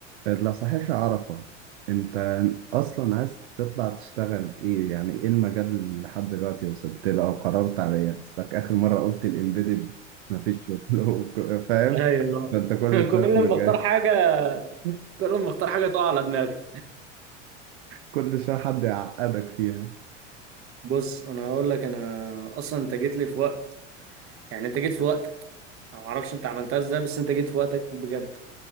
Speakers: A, on the right; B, on the right.
A: لا صحيح يا عرفة انت اصلا عايز تطلع تشتغل ايه يعني ايه المجال اللي لحد دلوقتي وصلت له او قررت عليه اصلك اخر مرة قلت الامبيدد مفيش شغل <laughs> وك- فاهم
B: ايوه
A: ده انت كل
B: <laughs>
A: شوية
B: كل
A: في مجال
B: ما اختار حاجه
A: <laughs>
B: كل ما اختار حاجه تقع على دماغي
A: كل شوية حد يعقدك فيها
B: بص انا هقول لك انا اصلا انت جيت لي في وقت يعني انت جيت في وقتك انا ما اعرفش انت عملتها ازاي بس انت جيت في وقتك بجد